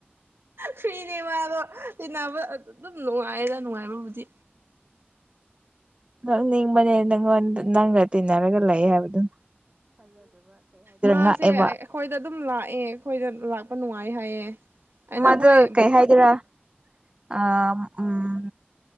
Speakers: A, on the right; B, on the right.
A: ꯐ꯭ꯔꯤꯅꯦ ꯃꯥꯗꯣ ꯇꯤꯟꯅꯕ ꯑꯗꯨꯝ ꯅꯨꯡꯉꯥꯏꯗ ꯅꯨꯡꯉꯥꯏꯕꯕꯨꯗꯤ
B: ꯅꯪ ꯅꯤꯡꯕꯅꯦ ꯅꯪꯉꯣꯟ ꯅꯪꯒ ꯇꯤꯟꯅꯔꯒ ꯂꯩ ꯍꯥꯏꯕ ꯑꯗꯨꯝ
A: ꯃꯥꯁꯦ
B: ꯉꯥꯛꯑꯦꯕ
A: ꯑꯩꯈꯣꯏꯗ ꯑꯗꯨꯝ ꯂꯥꯛꯑꯦ ꯑꯩꯈꯣꯏꯗ ꯂꯥꯛꯄ ꯅꯨꯡꯉꯥꯏ ꯉꯥꯏ ꯍꯥꯏꯌꯦ ꯑꯩꯅ
B: ꯃꯥꯗꯨ
A: ꯍꯣꯏ
B: ꯀꯩ ꯍꯥꯏꯗꫭꯏꯔꯥ ꯑ ꯎꯝ